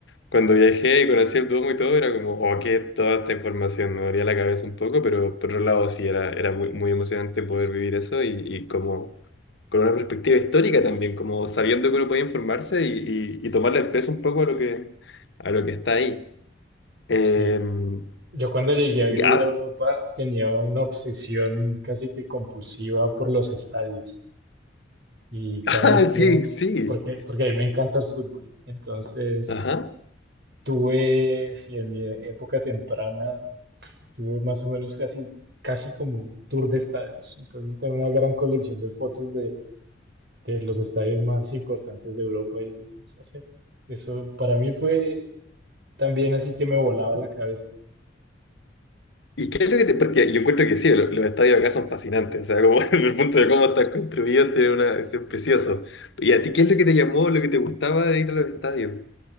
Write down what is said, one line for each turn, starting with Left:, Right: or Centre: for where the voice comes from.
Left: cuando viajé y conocí el Duomo y todo, era como, oh, qué es toda esta información, me abría la cabeza un poco, pero por otro lado sí, era, era muy, muy emocionante poder vivir eso y, y como... con una perspectiva histórica también, como sabiendo que uno puede informarse y, y, y tomarle el peso un poco a lo que, a lo que está ahí. Em,
Right: sí. Yo cuando llegué a vivir
Left: ya,
Right: a Europa tenía una obsesión casi que compulsiva por los estadios y
Left: <laughs>
Right: cada
Left: ah,
Right: vez que
Left: sí,
Right: iba, a un-
Left: sí.
Right: porque, porque a mí me encanta el fútbol, entonces
Left: Ajá.
Right: tuve, si en mi época temprana, tuve más o menos casi, casi como un tour de estadios, entonces tengo una gran colección de fotos de, de los estadios más importantes de Europa y no sé, eso para mí fue también así que me volaba la cabeza.
Left: ¿Y qué es lo que te...? Porque yo encuentro que sí, lo- los, estadios acá son fascinantes. O sea, como <laughs> en el punto de cómo están construidos, tiene una... Es precioso. ¿Y a ti qué es lo que te llamó, lo que te gustaba de ir a los estadios?